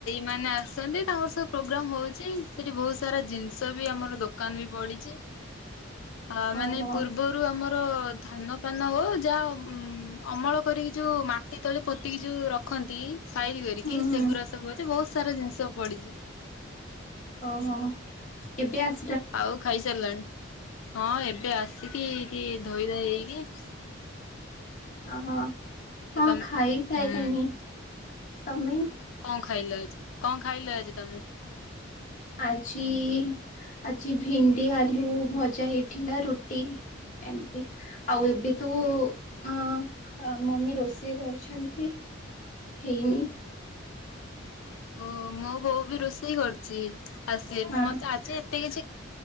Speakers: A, on the left (about 75°); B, on the left (about 35°).
A: ମାନେ ଆସନ୍ତି ତାଙ୍କର ସବୁ ପ୍ରୋଗ୍ରାମ ହୋଉଛି ସେଠି ବୋହୁତ ସାରା ଜିନିଷ ବି ଆମର ଦୋକାନ ବି ପଡିଚ। ଅ
B: ଓହୋ
A: ମାନେ ପୂର୍ବରୁ ଆମର ଧାନ ଧାନ ହୋଉ ଯାହା ଉମ୍ ଅମଳ କରିକି ଯୋଉ ମାଟି ତଳେ ପୋତିକି ଯୋଉ ରଖନ୍ତି। ସାଇଜି କରିକି
B: ହୁଁ ହୁଁ
A: ସେଗୁରା ସବୁ ସାରା ଜିନିଷ ପଡିଚି।
B: ଓହୋ କେବେ ଆସ
A: ଆଉ ଖାଇସାରିଲାଣି ହଁ ଏବେ ଆସିକି କି ଟିକେ ଧୋଇଧାଇ ହେଇକି
B: ଓହୋ। ହଁ
A: ତମେ
B: ଖାଇ ସାଇଲିଣି।
A: ହୁଁ
B: ତମେ
A: କଣ ଖାଇଲ ଆଜି କଣ ଖାଇଲ ଆଜି ତମେ?
B: ଆଜି ଆଜି ଭେଣ୍ଡି ଆଲୁ ଭଜା ହେଇଥିଲା ରୁଟି ଏମିତି ଆଉ ଏବେ ତ ଅ ମମି ରୋଷେଇ କରୁଚନ୍ତି ହେଇନି।
A: ହଁ ଓ ମୋ ବୋଉ ବି ରୋଷେଇ କରୁ ଚି ଆଉ ସେ
B: ହଁ
A: ବି ମତେ ଆଜି ଏତେ କିଛି